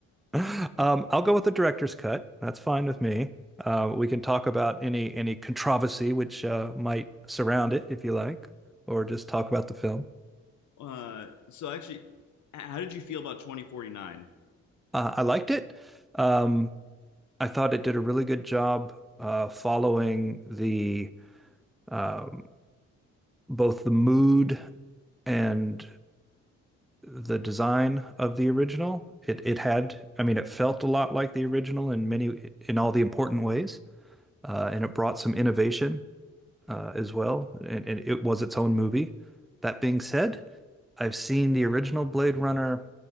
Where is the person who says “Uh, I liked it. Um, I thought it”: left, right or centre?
Centre